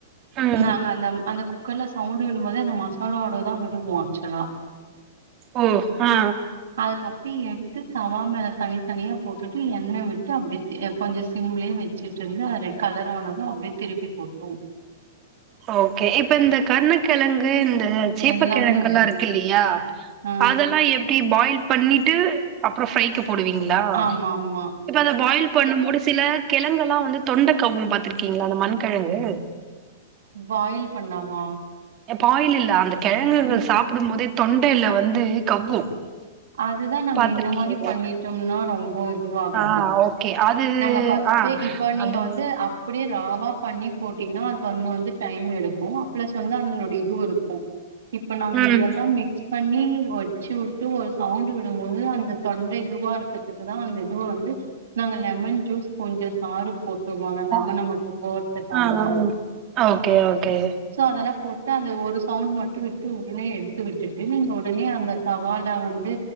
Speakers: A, on the right (about 25°); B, on the right (about 90°).
A: ம்
B: நாங்க அந்தம் அந்த குக்கர்ல சவுண்டு விடும்போது அந்த மசாலாவோடதா விடுவோ ஆக்சுவலா
A: ஓ ஆ
B: அதுக்கப்டியே எடுத்து தவா மேல தனித்தனியா போட்டுட்டு எண்ண விட்டு அப்டியே தெ கொஞ்ச சிம்லயே வெச்சுட்ருந்தா அது கலரானது அப்டியே திருப்பி போட்டுவோ
A: ஓகே இப்ப இந்த கர்ணகெழங்கு இந்த சீப்பகெழங்கல்லா
B: எல்லாமே அப்படிதான்.
A: இருக்கு இல்லயா
B: ஆ.
A: அதெல்லா எப்டி பாயில் பண்ணிட்டு அப்ற ஃப்ரைக்குப் போடுவீங்களா
B: ஆமாமா.
A: இப்ப அத பாயில் பண்ணும்மோடு சில கெழங்கெல்லா வந்து தொண்ட கவ்வு பாத்துருக்கீங்களா அந்த மண்கெழங்கு
B: பாயில் பண்ணாவா
A: பாயில் இல்ல அந்த கெழங்குகள்
B: ம்
A: சாப்டும் போதே தொண்டையில வந்து கவ்வு
B: அதுதா நாங்க
A: பாத்திருக்கீங்களா
B: இந்த மாரி பண்ணிட்டோம்னா ரொம்ப இதுவாகாது
A: ஆ ஓகே அது
B: நாங்க ஃபஸ்ட்டு
A: ஆ
B: இப்ப நீங்க
A: அது
B: வந்து அப்டியே ராவா பண்ணி போட்டீங்கனா அது ஒன்னு வந்து டைம் எடுக்கு பிளஸ் வந்து அதனுடைய இதுவுருக்கு இப்ப நாங்க
A: ம்
B: இதெல்லா மிக்ஸ் பண்ணி வச்சு வுட்டு ஒரு சவுண்டு விடும்போது அந்த தொண்ட இதுவா இருக்றதுக்குதா அந்த இதுவ வந்து நாங்க லெமன் ஜூஸ் கொஞ்ச சாறு போட்டுருவாங்க நம
A: ஓ
B: நமப்பு போறதுக்காக
A: ஆ
B: தா
A: ஓகே ஓகே
B: சோ அதெல்லா போட்டு அத ஒரு சவுண்டு மட்டு விட்டு ஒடனே எடுத்து விட்டுட்டு நீங்க ஒடனே அந்த தவால வந்து